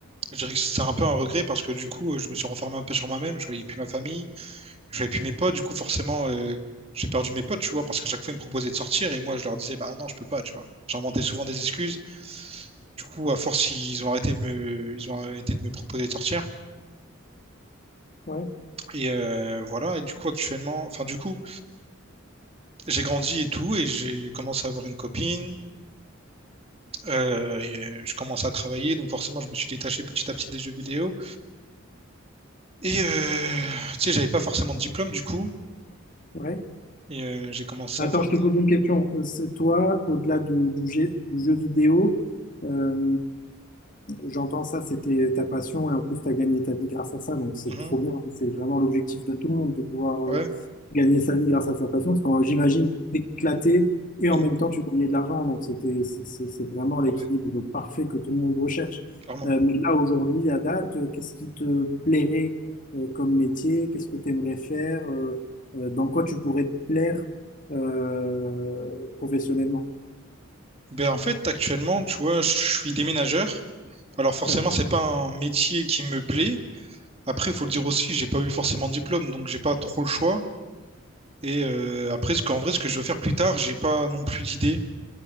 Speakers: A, on the right; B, on the left.
A: je dirais que c'est un peu un regret parce que du coup, euh, je me suis renfermé un peu sur moi-même. Je voyais plus ma famille, je voyais plus mes potes. Du coup, forcément, euh, j'ai perdu mes potes, tu vois, parce qu'à chaque fois, ils me proposaient de sortir et moi, je leur disais, bah non, je peux pas, tu vois. J'inventais souvent des excuses. Du coup, à force, ils ont arrêté de me, ils ont arrêté de me proposer de sortir.
B: ouais,
A: Et euh, voilà. Et du coup, actuellement, enfin, du coup, j'ai grandi et tout, et j'ai commencé à avoir une copine. Euh, et, euh, je commençais à travailler, donc forcément, je me suis détaché petit à petit des jeux vidéo. Et euh, tu sais, j'avais pas forcément de diplôme du coup,
B: ouais.
A: et euh, j'ai commencé
B: Attends,
A: à faire
B: je
A: des.
B: te pose une question. Euh, C'est toi, au-delà du, du jeu, du jeu vidéo, euh, j'entends ça, c'était ta passion et en plus tu as gagné ta vie grâce à ça, donc c'est
A: Mhm,
B: trop bien. C'est vraiment l'objectif de tout le monde de pouvoir
A: ouais,
B: euh, gagner sa vie grâce à sa passion, parce que euh, j'imagine éclaté et
A: mhm,
B: en même temps tu gagnais de l'argent, donc c'était c'est c'est- c'est vraiment l'équilibre
A: ouais,
B: parfait que tout le monde recherche.
A: clairement.
B: Euh, mais là aujourd'hui, à date, euh, qu'est-ce qui te plairait euh, comme métier? Qu'est-ce que tu aimerais faire? Euh, euh, dans quoi tu pourrais te plaire euh, professionnellement.
A: Ben, en fait, actuellement, tu vois, je suis déménageur. Alors forcément,
B: D'accord.
A: c'est pas un métier qui me plaît. Après, faut le dire aussi, j'ai pas eu forcément de diplôme, donc j'ai pas trop le choix. Et euh, après, ce qu'en vrai, ce que je veux faire plus tard, j'ai pas non plus d'idée.